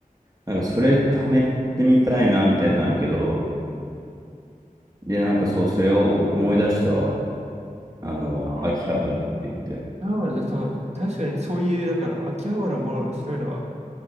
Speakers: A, on the right; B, on the right.
A: なんかそれはめてみたいなみたいなのあるけど、で、なんかそう、それを思い出したわ。あの、
B: ああ、
A: 秋葉原って言って。
B: 秋葉原だ、そうね。確かにそういう、だから、秋葉原も面白いのは、